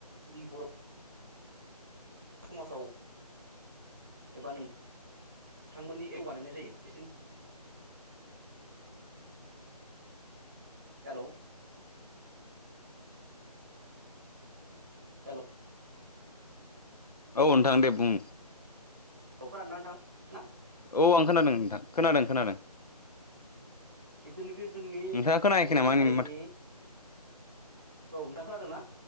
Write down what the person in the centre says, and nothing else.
जोंनि बर' समाजाव एबा नों नोंथांमोननि <unintelligible> बानायनाय जायो एसे हेलौ हेलौ
औ खोनादों ना नोंथां?
जिथुनाखि जोंनि
बर'
हारिनि
औ नोंथां खोनादों ना?